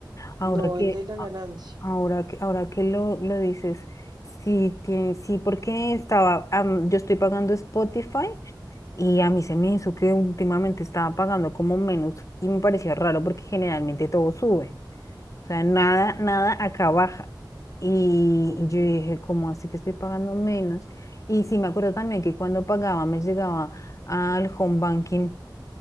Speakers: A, on the left; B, on the right.
A: Ahora
B: no
A: que,
B: el de la ganancia.
A: Ahora que, ahora que lo, lo dices, sí, tiene sí, porque estaba, am, yo estoy pagando Spotify y a mí se me hizo que últimamente estaba pagando como menos y me pareció raro porque generalmente todo sube. O sea, nada, nada acá baja. Y
B: Ok.
A: y yo dije, ¿cómo así que estoy pagando menos? Y sí me acuerdo también que cuando pagaba me llegaba al home banking